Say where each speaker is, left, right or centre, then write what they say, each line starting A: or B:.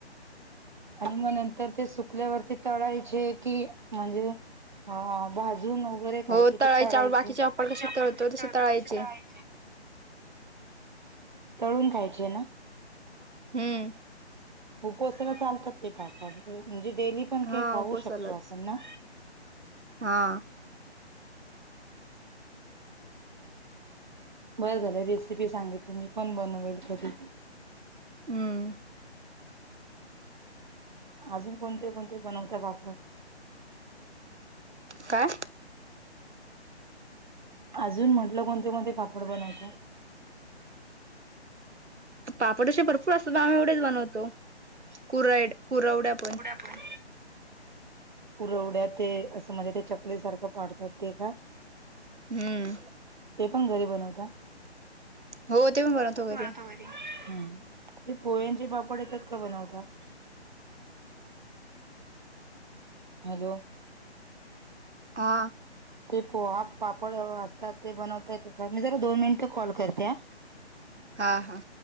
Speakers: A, on the right; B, on the right.
A: आणि मग नंतर ते सुकल्यावरती तळायचे कि म्हणजे अ भाजून वगैरे खायचे
B: हो
A: कि तळायचे?
B: आपण बाकीचे पापड
A: आणि
B: कसे
A: आपण कशी
B: तसे
A: तळतो
B: तळायचे
A: तशे तळाय तळून खायचे ना.
B: हम्म.
A: उपवासाला चालतात ते पापड म्हणजे डेली पण
B: हा
A: ते खाऊ
B: उपसालाच.
A: शकतो आपण ना.
B: हा.
A: बरं झालं रेसिपी सांगितली मी पण बनवेल कधी
B: हम्म.
A: अजून कोणते कोणते बनवता पापड?
B: का?
A: अजून म्हटलं कोणते कोणते पापड बनवता?
B: पापड असे भरपूर असतात आम्ही एवढेच बनवतो कुरेड कुरवड्या पण.
A: ड्या पण कूरवड्या ते असं म्हणजे चकली सारखं पाडतात ते का?
B: हम्म
A: ते पण घरी बनवता?
B: हो ते पण बनवतो घरी.
A: होय होय हम ते पोह्यांचे पापड येतात का बनवता? हॅलो
B: हा
A: ते पोहा पापड असतात ते बनवता येतात का? मी जरा दोन मिनिट कॉल करते हा.
B: हा हा.